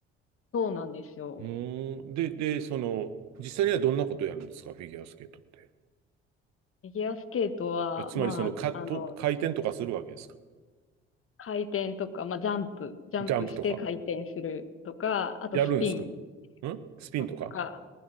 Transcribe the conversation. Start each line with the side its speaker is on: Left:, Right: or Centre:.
Left: そうなんですよ。
Right: うーん。で、で、その、実際にはどんなことをやるんですか、フィギュアスケートって。
Left: フィギュアスケートは、
Right: あつまり、
Left: まあ、
Right: その、か、と、
Left: あの、
Right: 回転とかするわけですか
Left: 回転とか、まあ、ジャンプ、ジャンプして回転するとか、
Right: ジャンプとか。
Left: あとスピン
Right: やるんですかんスピンとか
Left: のとか、